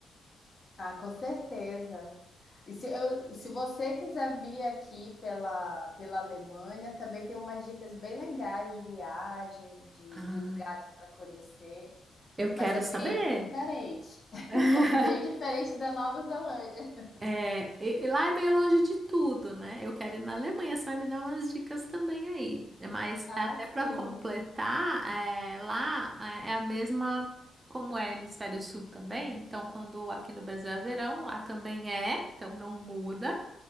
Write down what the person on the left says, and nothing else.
Ah, com certeza. E se, eu, se você quiser vir aqui pela, pela Alemanha, também tem umas dicas bem legais de viagem, de,
de lugares para conhecer,
mas
é bem
diferente, <laughs>
bem diferente da Nova Zelândia.
<laughs>
Ah,
sim.